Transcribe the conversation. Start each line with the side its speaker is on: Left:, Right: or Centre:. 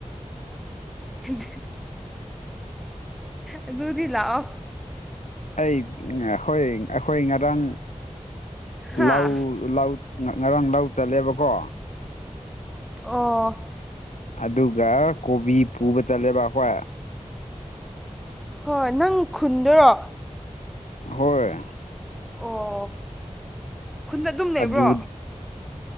Centre: ꯍꯤꯟꯗꯤ ꯑꯗꯨꯗꯤ ꯂꯥꯛꯑꯣ
Left: ꯑꯩ ꯍꯣꯏ ꯑꯩꯈꯣꯏ ꯉꯔꯥꯡ
Centre: ꯍꯥꯥ
Left: ꯂꯥꯎ ꯂꯧ ꯉꯔꯥꯡ ꯂꯧ ꯆꯜꯂꯦꯕꯀꯣ
Centre: ꯑꯣ
Left: ꯑꯗꯨꯒ ꯀꯣꯕꯤ ꯄꯨꯕ ꯆꯠꯂꯦꯕ ꯑꯩꯈꯣꯏ
Centre: ꯍꯣꯏ ꯅꯪ ꯈꯨꯟꯗꯔꯣ
Left: ꯍꯣꯏ
Centre: ꯑꯣ ꯈꯨꯟꯗ ꯑꯗꯨꯝ ꯂꯩꯕ꯭ꯔꯣ
Left: ꯑꯗꯨ